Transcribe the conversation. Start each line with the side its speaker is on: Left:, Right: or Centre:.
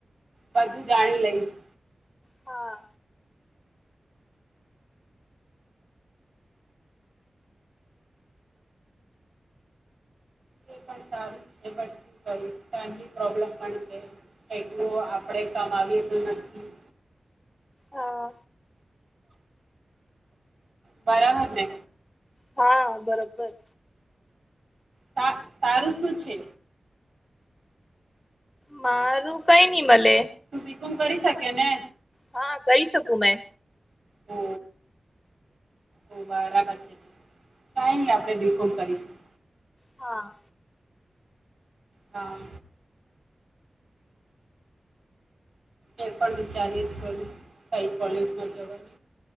Right: બધું જાણી લઈશ.
Left: હા.
Right: એ પણ સારું છે બટ શું કરું ફેમિલી પ્રોબ્લેમ પણ છે. એટલું આપડે કમાવી એ નથી.
Left: હા
Right: બરાબરને.
Left: હા બરોબર.
Right: તા તારું શું છે?
Left: મારું કઈ ની મલે.
Right: તું ભીકુમ કરી શકે ને.
Left: હા કરી શકું મેં.
Right: ઓ ઓ બરાબર છે ત કાઈ ન આપણે બિલકુલ કરીશું.
Left: હા.
Right: હા. એ પણ વિચારી યા કરું કઈ કોલેજ માં જવાનુ